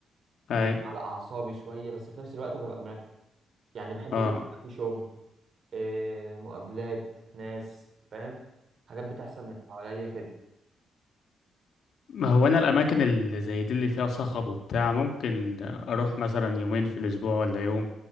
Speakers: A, on the left (about 65°); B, on the right (about 50°).
A: اي
B: فاهم على اعصابي شويه بس في نفس الوقت ببقى مركز يعني بحب
A: اه
B: اليوم يبقى فيه شغل إيه مقابلات ناس فاهم حاجات بتحصل من حواليا كده
A: ما هو انا الاماكن اللي زي دي اللي فيها صخب وبتاع ممكن اروح مثلا يومين في الاسبوع ولا يوم